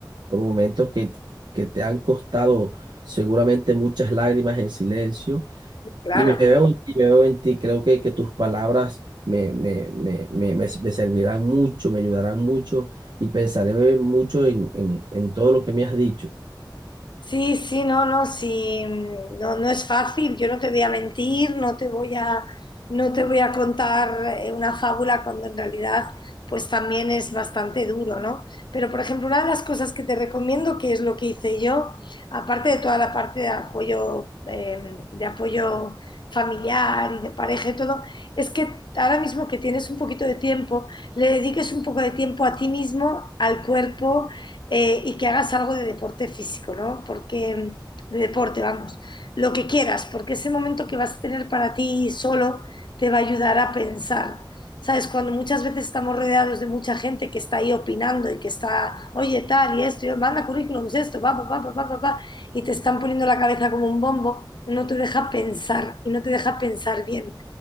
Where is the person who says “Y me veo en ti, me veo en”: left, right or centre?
Right